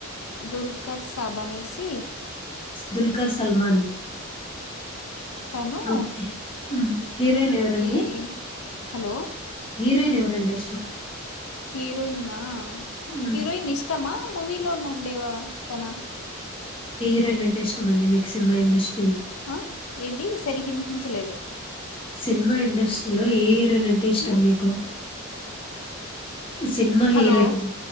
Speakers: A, on the left; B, on the left.
A: దుల్ ఖర్ సబనేసి
B: దుల్కర్ సల్మాన్
A: తను
B: ఓకే హీరోయిన్ ఎవరండి
A: ఈ హలో
B: హీరోయిన్ ఎవరండి.
A: హీరోయిన్ నా ఆ
B: అండి
A: హీరోయిన్ ఇష్టమా, మూవీలో న ఉండేవా తనా
B: ఎపుడైనా ఇంటరెస్ట్ ఉందా అండి మీకు సినిమా ఇండష్ట్రీ
A: ఆ ఎంది సరిగ వినిపించలేదు.
B: సినిమా ఇండస్ట్రీలో ఏద్ నేనంటే ఇష్టమ
A: ఉమ్,
B: మీకు. సినిమా
A: హలో
B: హీరోయిన్